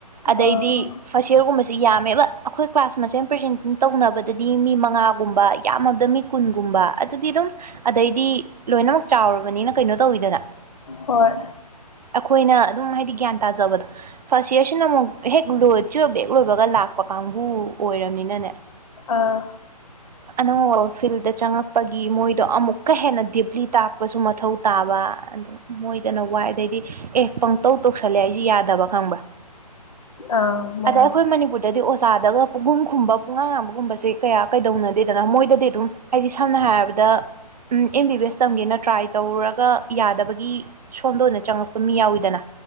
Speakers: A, on the right; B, on the left.
A: ꯑꯗꯩꯗꯤ
B: ꯑꯥ
A: ꯐꯥꯔꯁ ꯌꯔꯒꯨꯝꯕꯁꯦ ꯌꯥꯝꯃꯦꯕ ꯑꯩꯈꯣꯏ ꯀ꯭ꯂꯥꯁ ꯃꯁꯦꯜ ꯄ꯭ꯔꯖꯦꯟꯇꯦꯁꯟ ꯇꯧꯅꯕ ꯕꯗꯤ ꯃꯤ ꯃꯉꯥꯒꯨꯝꯕ ꯌꯥꯝꯃꯕꯗ ꯃꯤ ꯀꯨꯟꯒꯨꯝꯕ ꯑꯗꯨꯗꯤ ꯑꯗꯨꯝ ꯑꯗꯩꯗꯤ ꯂꯣꯏꯅꯃꯛ ꯆꯥꯎꯔꯕꯅꯤꯅ ꯀꯩꯅꯣ ꯇꯧꯋꯤꯗꯅ
B: ꯍꯣꯏ
A: ꯑꯩꯈꯣꯏꯅ ꯑꯗꯨꯝ ꯍꯥꯏꯗꯤ ꯒ꯭ꯌꯥꯟ ꯇꯥꯖꯕꯗꯣ ꯐꯥꯔ ꯏꯌꯔꯁꯤꯅ ꯑꯃꯨꯛ ꯍꯦꯛ ꯂꯣꯏ ꯇꯨꯋꯦꯂ꯭ꯐꯕ ꯍꯦꯛ ꯂꯣꯏꯕꯒ ꯂꯥꯛꯄ ꯀꯥꯡꯕꯨ ꯑꯣꯏꯔꯝꯅꯤ ꯏꯅꯅꯦ
B: ꯑꯥ
A: ꯑꯅꯧ <unintelligible> ꯐꯤꯜꯗ ꯆꯪꯉꯛꯄꯒꯤ ꯃꯣꯏꯗꯣ ꯑꯃꯨꯛꯀ ꯍꯦꯟꯅ ꯗꯤꯞꯂꯤ ꯇꯥꯛꯄꯁꯨ ꯃꯊꯧ ꯇꯥꯕ ꯑꯗꯨ ꯃꯣꯏꯗꯅ ꯋꯥꯏ ꯑꯗꯩꯗꯤ ꯑꯦ ꯄꯪꯇꯧ ꯇꯧꯁꯜꯂꯦ ꯍꯥꯏꯖꯨ ꯌꯥꯗꯕ ꯈꯪꯕ꯭ꯔ
B: ꯑꯥ ꯃꯥꯅꯦ
A: ꯑꯗꯩ ꯑꯩꯈꯣꯏ ꯃꯅꯤꯄꯨꯔꯗꯗꯤ ꯑꯣꯖꯥꯗꯒ ꯄꯒꯨꯝꯈꯨꯝꯕ ꯄꯨꯡꯉꯥꯡ ꯉꯥꯡꯕꯒꯨꯝꯕꯁꯦ ꯀꯌꯥ ꯀꯩꯗꯧꯅꯗꯦꯗꯅ ꯃꯣꯏꯗꯗꯤ ꯑꯗꯨꯝ ꯍꯥꯏꯗꯤ ꯁꯝꯅ ꯍꯥꯏꯔꯕꯗ ꯎꯝ ꯑꯦꯝ ꯕꯤ ꯕꯤ ꯑꯦꯁ ꯇꯝꯒꯦꯅ ꯇ꯭ꯔꯥꯏ ꯇꯧꯔꯨꯔꯒ ꯌꯥꯗꯕꯒꯤ ꯁꯣꯝꯗ ꯑꯣꯏꯅ ꯆꯪꯉꯛꯄ ꯃꯤ ꯌꯥꯎꯋꯤꯗꯅ